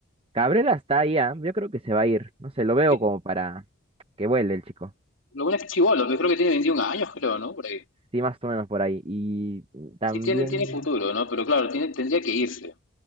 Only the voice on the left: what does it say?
Y
Lo bueno es que es chibolo, que creo que tiene 21 años, creo, ¿no? Por ahí.
Sí tiene tiene futuro, ¿no? Pero claro, tiene tendría que irse.